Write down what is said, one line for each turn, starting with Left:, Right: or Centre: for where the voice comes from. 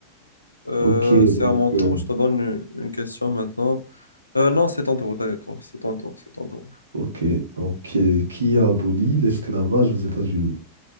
Left: Euh,
Right: Ok,
Left: c'est
Right: donc,
Left: à mon tour,
Right: euh,
Left: je te donne une, une question maintenant. Euh, non, c'est ton tour, d'accord, c'est ton tour, c'est ton tour.
Right: ok, donc, euh, qui a aboli l'esclavage aux États-Unis?